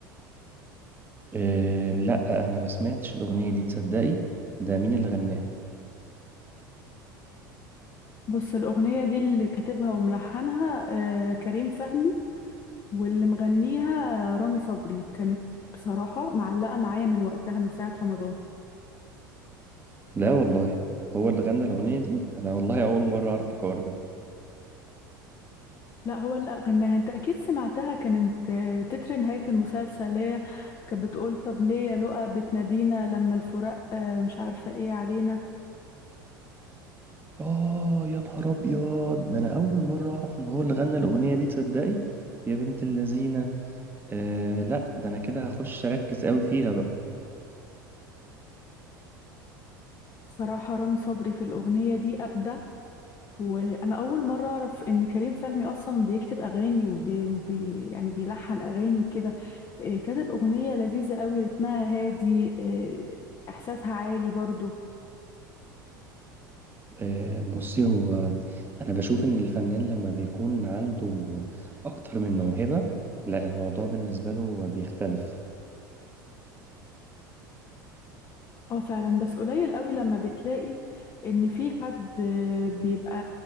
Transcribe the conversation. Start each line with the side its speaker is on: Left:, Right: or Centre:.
Right: آه، لا انا ما سمعتش الاغنية دي تصدقي ده مين اللي غناها
Left: بص الأغنية دي اللي كاتبها وملحنها آه، كريم فهمي واللي مغنيها آه، رامي صبري كانت بصراحة معلقة معايا من وقتها من ساعة رمضان
Right: لا والله هو اللي غنى الاغنية دي انا والله اول مرة اعرف الحوار ده
Left: لا هو اللي غناها انت اكيد سمعتها كانت آه، تتر نهاية المسلسل اللي هي كانت بتقول طب ليه يا لؤى بتنادينا لما الفراق آه، مش عارفة ايه علينا
Right: اه يا نهار ابيض ده انا اول مرة اعرف ان هو اللي غنى الاغنية دي تصدقي يا بنت اللذينة آه لا ده انا كده هخش اركز قوي فيها بقى
Left: بصراحة رامي صبري في الأغنية دي أبدع وأنا أول مرة أعرف إن كريم فهمي أصلا بيكتب أغاني وبي وبي يعني بيلحن أغاني وكده آه، كتب أغنية لذيذة قوي رتمها هادي آه، إحساسها عالي برضو
Right: آه، بصي هو أنا بشوف إن الفنان لما بيكون عنده أكتر من موهبة لا الموضوع بالنسبة له بيختلف
Left: اه فعلا بس قليل قوي لما بتلاقي ان في حد آه، بيبقى